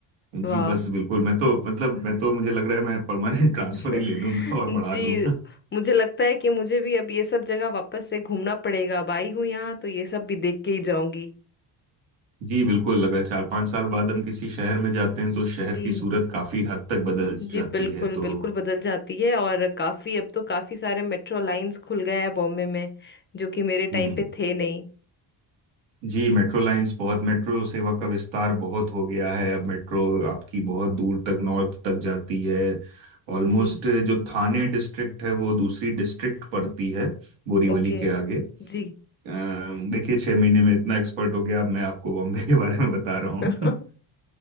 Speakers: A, on the right (about 85°); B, on the left (about 30°).
A: जी
B: वाह
A: बस बिल्कुल मैं तो मतलब मैं तो मुझे लग रहा है मैं परमानेंट ट्रांसफर
B: <laughs>
A: ही ले लूं और
B: जी
A: बढ़ा दूं
B: मुझे लगता है कि मुझे भी अब ये सब जगह वापस से घूमना पड़ेगा अब आई हूँ यहाँ तो ये सब भी देख के ही जाऊंगी
A: जी बिल्कुल अगर चार पांच साल बाद हम किसी शहर में जाते हैं तो शहर
B: जी
A: की सूरत काफी हद तक बदल
B: जी
A: जाती
B: बिल्कुल
A: है तो
B: बिल्कुल बदल जाती है और काफी अब तो काफी सारे मेट्रो लाइंस खुल गए हैं बॉम्बे में जो कि मेरे
A: हम्म
B: टाइम पे थे नहीं
A: जी मेट्रो लाइंस बहुत मेट्रो सेवा का विस्तार बहुत हो गया है अब मेट्रो आपकी बहुत दूर तक नॉर्थ तक जाती है ऑलमोस्ट
B: जी
A: जो थाने डिस्ट्रिक्ट है वो दूसरी डिस्ट्रिक्ट पड़ती है बोरीवली
B: ओके
A: के आगे
B: जी
A: अम, देखिए छह महीने में इतना एक्सपर्ट हो गया अब मैं आपको बॉम्बे के बारे में बता रहा हूँ
B: <laughs>